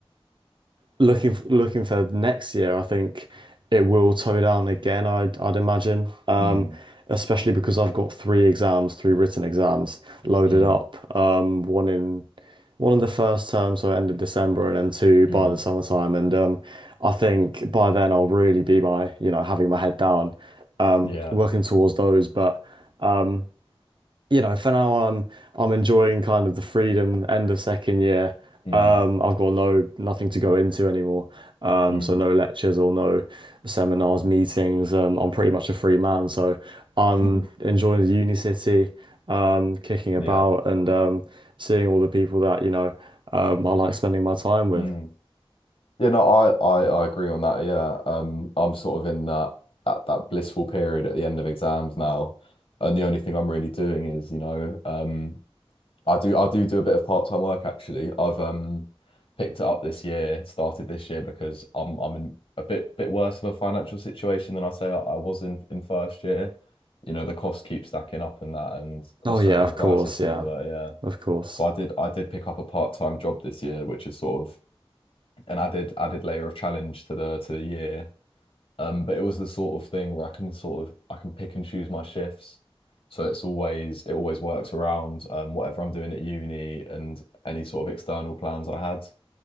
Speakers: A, on the right; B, on the left.
A: looking looking for next year, I think it will toe down again. I'd I'd imagine, um,
B: mm,
A: especially because I've got three exams, three written exams loaded
B: mm,
A: up. Um, one in one in the first term, so end of December, and then two by
B: mm,
A: the summertime. And um, I think by then I'll really be my you know having my head down, um,
B: yeah.
A: working towards those, but. um, you know, for now I'm I'm enjoying kind of the freedom end of second year.
B: Mm,
A: Um, I've got no nothing to go into anymore. Um,
B: mm,
A: so no lectures or no seminars, meetings. Um, I'm pretty much a free man, so I'm
B: mm.
A: enjoying the uni city, um, kicking about
B: <laughs> Yeah.
A: and um, seeing all the people that, you know, um, I like spending my time with.
B: Mm. Yeah, no, I, I, I agree on that. Yeah, um, I'm sort of in that, that that blissful period at the end of exams now, and the only thing I'm really doing is, you know, um, I do I do do a bit of part-time work actually. I've um picked it up this year, started this year because I'm I'm in a bit bit worse of a financial situation than I say I, I was in in first year. You know, the costs keep stacking up and that, and cost
A: Oh yeah,
B: of living
A: of course,
B: crisis
A: yeah,
B: and all that. Yeah,
A: of course.
B: so I did I did pick up a part-time job this year, which is sort of and added added layer of challenge to the to the year. Um, but it was the sort of thing where I can sort of I can pick and choose my shifts, so it's always it always works around um, whatever I'm doing at uni and any sort of external plans I had.